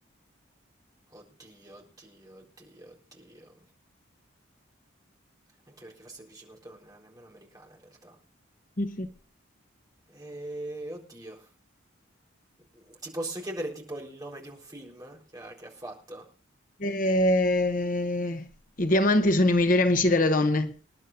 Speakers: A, on the right; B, on the left.
A: Oddio, oddio, oddio, oddio. Anche perché forse Brigitte Bardot non era nemmeno americana in realtà.
B: Mhm.
A: Ehm, oddio. Mm, Ti posso chiedere tipo il nome di un film che ha, che ha fatto?
B: Eh, I diamanti sono i migliori amici delle donne.